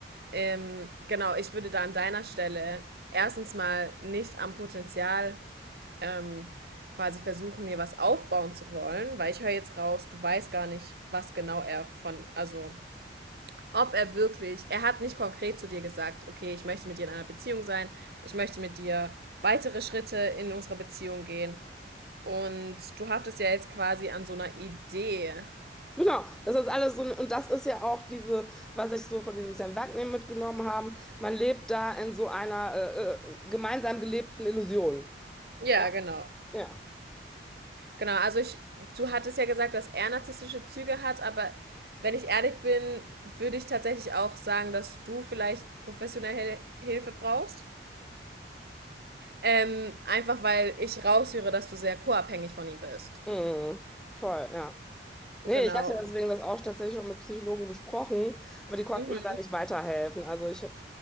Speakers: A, on the right (about 60°); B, in the centre.
A: ähm, genau, ich würde da an deiner Stelle erstens mal nicht am Potenzial ähm, quasi versuchen, mir was aufbauen zu wollen, weil ich höre jetzt raus, du weißt gar nicht, was genau er von, also ob er wirklich, er hat nicht konkret zu dir gesagt, okay, ich möchte mit dir in einer Beziehung sein, ich möchte mit dir weitere Schritte in unserer Beziehung gehen. Und du haftest ja jetzt quasi an so einer Idee.
B: Genau, das ist alles so, und das ist ja auch diese, was ich so von diesem Sam Wagner mitgenommen habe. Man lebt da in so einer äh, äh, gemeinsam gelebten Illusion.
A: Ja,
B: Ja,
A: genau.
B: ja.
A: Genau, also ich, du hattest ja gesagt, dass er narzisstische Züge hat, aber wenn ich ehrlich bin, würde ich tatsächlich auch sagen, dass du vielleicht professionelle Hilfe brauchst. Ähm, einfach weil ich raushöre, dass du sehr co-abhängig von ihm bist.
B: Mhm. Voll, ja. Nee,
A: Genau.
B: ich hatte deswegen das auch tatsächlich schon mit Psychologen besprochen, aber die konnten
A: Mhm,
B: mir da nicht weiterhelfen. Also ich hab,